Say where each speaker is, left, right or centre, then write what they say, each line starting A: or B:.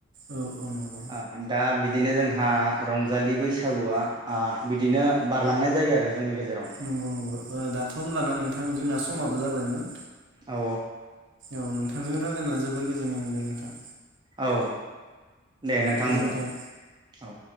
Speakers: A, on the right; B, on the right.
A: औ औ नंगौ
B: ओ दा बिद बिदिनो जोंहा रंजालि बैसागुआ ओ बिदिनो बारलांनाय जायो आरो। जोंनि गेजेराव
A: नंगौ-नंगौ ओ दा। थ होनब्लाना नोंथां जोंना समाबो जाबायमोन।
B: औ
A: औ नोंथां जों रालायना जोबोर गोजोननाय मोनबाय नोंथां।
B: औ दे नोंथां
A: गोजोन्थों।
B: होनब्ला औ।